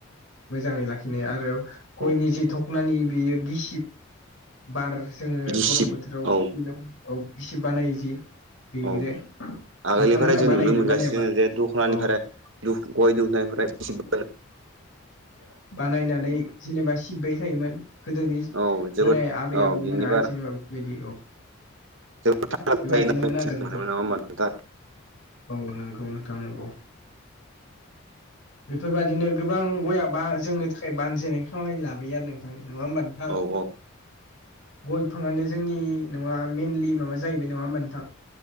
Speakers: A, on the left (about 70°); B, on the right (about 65°).
A: मोजाङै लाखिनाय आरो गयनि
B: औ
A: जि धखनानि बेयो गिसिब बार जोङो
B: गिसिब
A: गरम बोथोराव
B: औ
A: औ खिसिब बानायो जि बेग्रो
B: औ आगोलनिफ्राय
A: नोंथांमोनहा
B: जों
A: बानायो
B: नुनो
A: ना
B: मोनगासिनो
A: बानायाबा
B: जे दख'नानिफ्राय
A: औ
B: ओ गय दुनायनिफ्राय सिमफोल
A: बानायनानै जेनेबा सिबबाय थायोमोन गोदोनि
B: औ जोबोद
A: बोराय आबै
B: औ
A: आबौमोना
B: बिनि
A: जेनेबा बेबायदि औ
B: जों मोन
A: बेबादिनोमोन
B: नङा
A: आरो
B: होनबा
A: नोंथां
B: नोंथां
A: औ नोंगौ नोंथां नोंगौ बेफोरबायदिनो गोबां गया बा जोंनि थाखाय बानजायनाय खामानि लाबोयो आरो नोंथां नङा होमबा नोंथां
B: अ
A: गय बिफाङानो जोंनि नङा मेइनलि माबा जाहैबाय नङा होमबा नोंथां